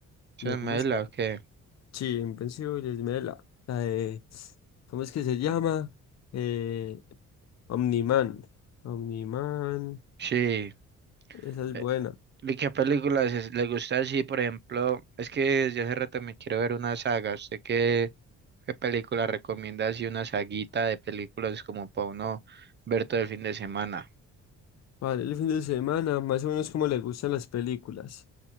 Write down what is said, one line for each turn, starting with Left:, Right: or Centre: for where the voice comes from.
Right: ¿Se
Left: me gusta.
Right: mela o qué?
Left: Sí, Invencible, me la, la de, ¿cómo es que se llama? Eh, Omniman. Omniman,
Right: Sí.
Left: esa es
Right: eh,
Left: buena.
Right: ¿Y qué películas es- le gusta así, por ejemplo? Es que desde hace rato me quiero ver una saga. ¿Usted qué, qué película recomienda así, una saguita de películas como para uno ver todo el fin de semana?
Left: Vale, el fin de semana, más o menos como le gustan las películas.